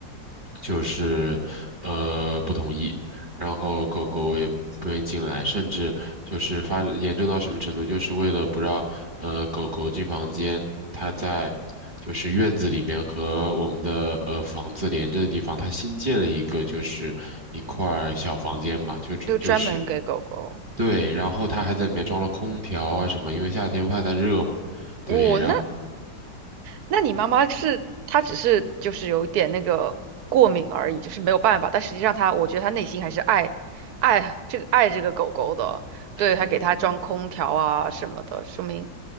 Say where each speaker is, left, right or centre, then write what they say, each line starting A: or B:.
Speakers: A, on the right; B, on the right.
A: 就是呃不同意，然后狗狗也不愿意进来，甚至就是发展严重到什么程度，就是为了不让呃狗狗进房间，它在就是院子里面和我们的呃房子连着的地方，它新建了一个就是一块儿小房间嘛，就只就是
B: 就专门给狗狗。
A: 对，然后它还在里面装了空调啊什么，因为夏天怕它热嘛，对，
B: 我那
A: 然后
B: 那你妈妈是她只是就是有一点那个过敏而已，就是没有办法。但实际上她，我觉得她内心还是爱爱这个爱这个狗狗的，对，还给它装空调啊什么的，
A: 嗯，
B: 说明